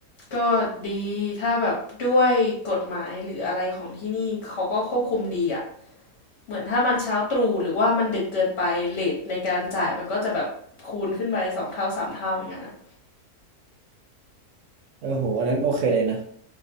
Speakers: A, on the left; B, on the right.
A: ก็ดีถ้าแบบด้วยกฎหมายหรืออะไรของที่นี่เขาก็ควบคุมดีอ่ะเหมือนถ้ามันเช้าตรู่หรือว่ามันดึกเกินไปเลทในการจ่ายมันก็จะแบบคูณขึ้นไปสองเท่าสามเท่าอย่างนั้นอะ
B: เออโห อันนั้นโอเคเลยนะ